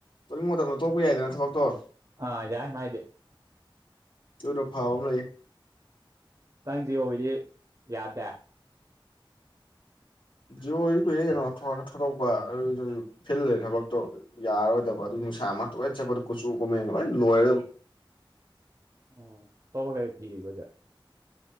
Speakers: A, on the left; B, on the right.
A: ꯇꯣꯅꯤꯡꯕ ꯃꯇꯝꯗꯣ ꯇꯣꯛꯄ ꯌꯥꯏꯗꯅ ꯊꯕꯛꯇꯣ
B: ꯑ ꯌꯥꯖꯁ ꯃꯥꯥꯏꯦ
A: ꯑꯗꯨꯗꯣ ꯐꯥꯕ ꯑꯃ ꯂꯩꯌꯦ
B: ꯅꯪꯁꯤ ꯑꯣꯏꯗꯤ ꯌꯥꯗꯦ
A: ꯖꯤꯑꯣꯗꯤ ꯀꯨꯏꯔꯦ ꯀꯩꯅꯣ ꯊꯗꯛꯄ ꯑꯗꯨ ꯐꯤ ꯂꯩꯔꯦ ꯊꯕꯛꯇꯣ ꯑꯗꯨ ꯌꯥꯔꯣꯏꯗꯕ ꯑꯗꯨ ꯅꯨꯡꯁꯥ ꯑꯃ ꯇꯣꯏꯅ ꯆꯠꯄꯗ ꯀꯨꯆꯨ ꯀꯨꯃꯦꯟ ꯂꯣꯏ ꯂꯣꯏꯔꯣꯏ
B: ꯑꯣ ꯇꯃ ꯀ ꯑꯩ ꯊꯔꯤꯒꯖꯥ <inaudible> <unintelligible>